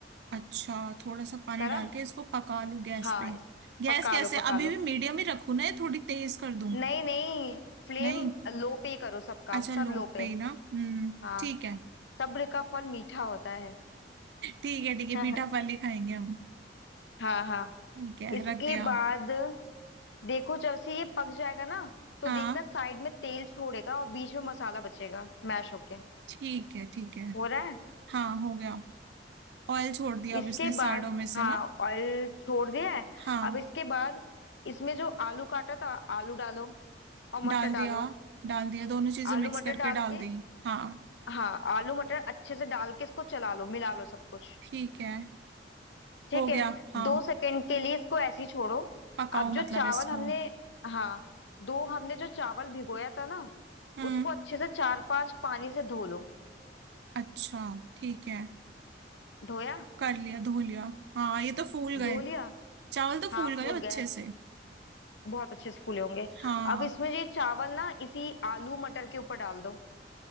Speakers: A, on the right; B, on the left.
A: अच्छा थोड़ा सा पानी
B: करा
A: डाल के इसको पका लूं गैस
B: हाँ
A: पे
B: इस-
A: गैस
B: पका
A: कैसे
B: लो पका
A: अभी
B: लो
A: भी मीडियम ही रखूं ना या थोड़ी तेज कर दूं
B: नहीं नहीं फ्लेम
A: नहीं
B: लो पे करो सब काम
A: अच्छा
B: सब
A: लो
B: लो पे
A: पे ही ना हम्म
B: हाँ
A: ठीक है <laughs>
B: सब्र का फल मीठा होता है
A: ठीक है ठीक है
B: <laughs>
A: मीठा फल ही खाएंगे हम
B: हाँ हाँ
A: ठीक है
B: इसके
A: रख दिया
B: बाद देखो जब से ये पक जाएगा ना तो
A: हाँ
B: देखना साइड में तेल छोड़ेगा और बीच में मसाला बचेगा मैश होके
A: ठीक है ठीक है
B: हो रहा है
A: हाँ हो गया ऑयल छोड़ दिया
B: इसके
A: अब इसने साइडों
B: बाद
A: में
B: हाँ
A: से ना
B: ऑयल छोड़ दिया है
A: हाँ
B: अब इसके बाद इसमें जो आलू काटा था आलू डालो और मटर
A: डाल
B: डालो
A: दिया डाल दिया दोनों चीजें
B: आलू
A: मिक्स
B: मटर
A: करके
B: डाल
A: डाल
B: के
A: दी हाँ
B: हाँ आलू मटर अच्छे से डाल के इसको चला लो मिला लो सब कुछ
A: ठीक है
B: ठीक
A: हो
B: है
A: गया हाँ
B: दो सेकंड के लिए इसको ऐसे ही छोड़ो
A: पकाओ
B: अब जो
A: मतलब
B: चावल
A: इसको
B: हमने हाँ दो हमने जो चावल भिगोया था ना
A: हम्म
B: उसको अच्छे से चार पांच पानी से धो लो
A: अच्छा ठीक है
B: धोया
A: कर लिया धो लिया हाँ ये तो फूल गए
B: धो लिया
A: चावल तो
B: हाँ
A: फूल गए
B: फूल
A: अच्छे
B: गए
A: से
B: बहुत अच्छे से फूले होंगे
A: हाँ
B: अब इसमें ये चावल ना इसी आलू मटर के ऊपर डाल दो